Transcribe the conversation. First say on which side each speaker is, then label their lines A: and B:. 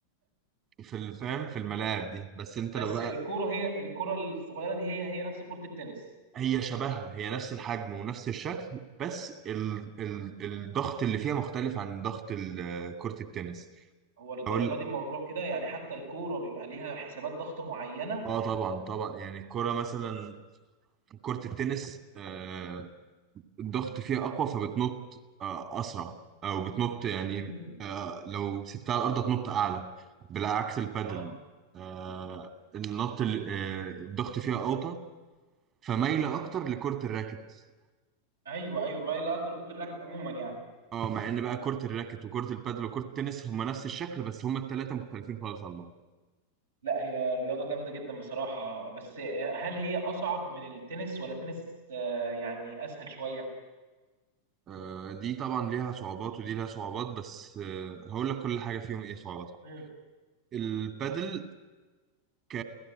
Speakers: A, on the right; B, on the right.
A: في الفام في الملاعب دي بس انت
B: بس
A: لو بقى
B: الكوره هي الكوره الصغيره دي هي هي نفس كره التنس
A: هي شبهها هي نفس الحجم ونفس الشكل بس ال... ال... الضغط اللي فيها مختلف عن ضغط ال- كرة التنس
B: هو للدرجه
A: اقول
B: دي الموضوع كده يعني حتى الكوره بيبقى ليها حسابات ضغط معينه
A: اه طبعا طبعا يعني الكرة مثلا كرة التنس آه، الضغط فيها أقوى فبتنط آه، أسرع أو بتنط يعني
B: مم.
A: آه، لو سبتها على الأرض تنط أعلى بالعكس البادل
B: اه
A: آه، النط ال- آه، الضغط فيها أوطى فمايلة أكتر لكرة الراكت
B: ايوه ايوه ما هي لا ركوب الراكب عموما يعني
A: اه مع ان بقى كرة الراكت وكرة البادل وكرة التنس هما نفس الشكل بس هما التلاتة مختلفين خالص عن بعض
B: لا هي رياضه جامده جدا بصراحه بس هل هي اصعب من التنس ولا التنس آه، يعني اسهل شويه
A: آه، دي طبعا ليها صعوبات ودي ليها صعوبات بس آه، هقول لك كل حاجة فيهم ايه صعوبات
B: مم.
A: البادل ك